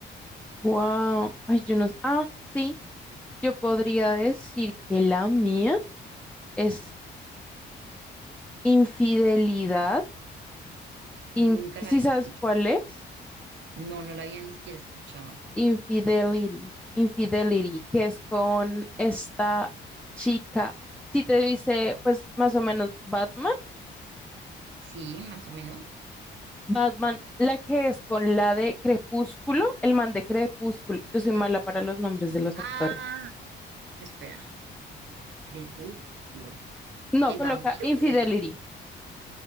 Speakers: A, in the centre; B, on the right.
A: Wow. Ay, yo no. s- Ah, sí. Yo podría decir que la mía es Infidelidad. Inf-
B: Nunca la
A: ¿Sí
B: había
A: sabes
B: escuchado.
A: cuál es?
B: No, no la había ni siquiera escuchado.
A: Infidelity. Infidelity, que es con esta chica. Si te dice, pues más o menos Batman.
B: Sí, más o menos.
A: Batman, la que es con la de Crepúsculo, el man de Crepúsculo. Yo soy mala para los nombres de los
B: Ah,
A: actores.
B: espera. Crepúsculo.
A: No,
B: ¿El
A: coloca
B: vampiro
A: Infidelity,
B: o el...?